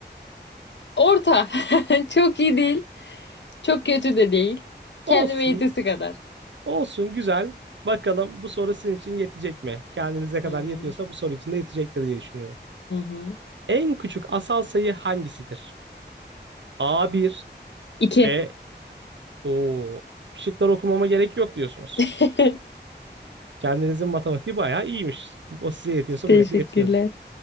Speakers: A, on the left; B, on the right.
A: Orta. <laughs> Çok iyi değil. Çok kötü de değil. Kendime
B: Olsun,
A: yetesi kadar.
B: olsun güzel. Bakalım bu soru sizin için yetecek mi? Kendinize kadar
A: Hı hı.
B: yetiyorsa bu soru için de yetecektir diye düşünüyorum.
A: Hı hı.
B: En küçük asal sayı hangisidir? a bir,
A: İki.
B: B o şıkları okumama gerek yok diyorsunuz.
A: <laughs>
B: Kendinizin matematiği bayağı iyiymiş. O size yetiyorsa
A: Teşekkürler.
B: buraya da yetiyordur.